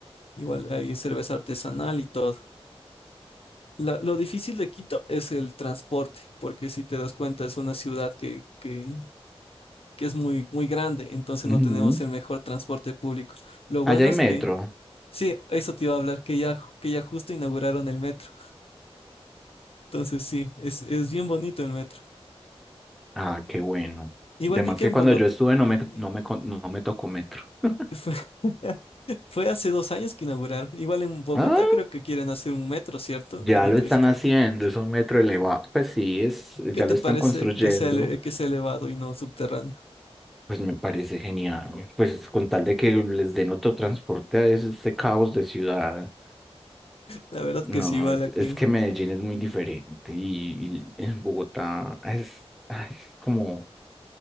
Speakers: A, on the left; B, in the centre.
A: Igual hay cerveza artesanal y todo. La- lo difícil de Quito es el transporte, porque si te das cuenta es una ciudad que, que, que es muy, muy grande, entonces
B: ujú.
A: no tenemos el mejor transporte público. Lo bueno
B: Allá hay
A: es
B: metro.
A: que Sí, eso te iba a hablar, que ya, que ya justo inauguraron el metro. Entonces sí, es, es bien bonito el metro.
B: Ah, qué bueno.
A: Igual
B: Además
A: vi que
B: que
A: en
B: cuando
A: Bogotá,
B: yo estuve no me,
A: sí,
B: no me, con- no me tocó metro. <laughs>
A: fue, <laughs> fue hace dos años que inauguraron. Igual en Bogotá
B: Ah,
A: creo que quieren hacer un metro, ¿cierto?
B: ya
A: Había
B: lo
A: visto.
B: están haciendo, es un metro elevado. Pues sí, es, ya
A: ¿Qué te
B: lo están
A: parece
B: construyendo.
A: que sea, ele- que sea elevado y no subterráneo?
B: Pues me parece genial. Pues con tal de que les den otro transporte a ese, este caos de ciudad.
A: La verdad
B: No,
A: que sí, igual
B: es,
A: aquí.
B: es que Medellín es muy diferente y, y en Bogotá es, ay, es como...